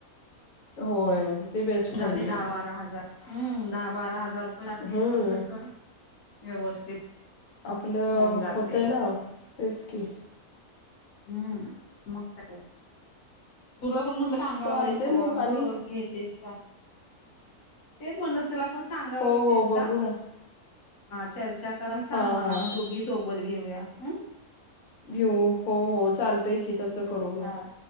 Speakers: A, on the left; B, on the left.
A: होय ते बेस्ट राहील
B: जाते
A: मग
B: दहा बारा हजार हम्म दहा बारा हजार रुपये लागतील
A: हम्म
B: पण कस व्यवस्थित
A: आपलं
B: होऊन जाते
A: होत आहे ना तेच की
B: हम्म मग काय तुला पण म्हणलं सांगा
A: चालते
B: वयसला
A: मग आणि
B: बघ घेतेस का तेच म्हण तुला पण सांग सांगा
A: हो हो बघू ना
B: चर्
A: हा
B: म
A: हा
B: <unintelligible> बत घेऊया ह <unintelligible>
A: घिऊ हो हो चालतंय की तसं करू
B: चाल
A: मग